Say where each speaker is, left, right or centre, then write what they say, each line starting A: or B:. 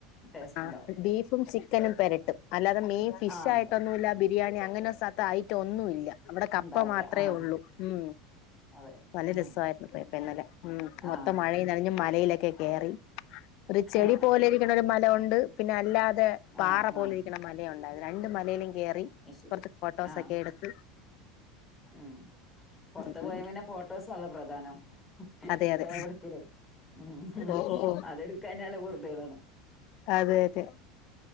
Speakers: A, on the left (about 15°); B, on the left (about 55°).
A: ടേസ്റ്റ്
B: ആഹ്
A: ഉണ്ടാവും
B: ബീഫും ചിക്കൻ ചിക്കനും പെരട്ടും അല്ലാതെ മെയിൻ ഫിഷ്
A: ആഹ്
B: ആയിട്ടൊന്നുമല്ല
A: അതെ
B: ബിരിയാണി അങ്ങനെ സ്ഥത്ത ഐറ്റം ഒന്നുമ ഇല്ല അവിടെ കപ്പ
A: ഉണ്ടാവൂല
B: മാത്രമേ
A: ആഹ്
B: ഉള്ളൂ ഉം
A: അതെ
B: നല്ല
A: ഉം
B: രസമായിരുന്നു പോയപ്പോ ഇന്നലെ ഉം മൊത്തം
A: ആഹ്
B: മഴയും നനഞ്ഞു മലയിലൊക്കെ കേയറി ഒരു ചെടി
A: ആഹ്
B: പോലെ ഇരിക്കുന്ന ഒരു മല ഉണ്ട് പിന്നെ അല്ലാതെ പാറ
A: ആഹ്
B: പോലെ
A: ആഹ്
B: ഇരിക്കുന്ന മല ഉണ്ടായത് രണ്ട് മലയിലും കയറി
A: അത് ശരി
B: കൊറച്ച് ഫോട്ടോസൊക്കെ
A: ആഹ്
B: എടുത്ത്
A: ഉം പുറത്ത്
B: ഉം
A: പോയ
B: ഉം
A: പിന്നെ ഫോട്ടോസല്ലോ പ്രധാനം
B: അതെ അതെ
A: വേഗെടുക്കല് ഉം
B: ഓ ഓ ഓ
A: അതെടുക്കാൻല്ല വെറുതെ ഇടാണ്
B: അതെ അതെ